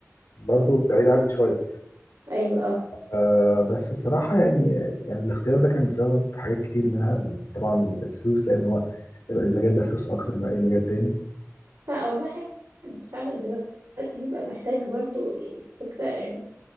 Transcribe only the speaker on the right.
ايوه اه
فا- أو الواحد فعلا دلوقتي بيبقى محتاج برضو الفكرة يعني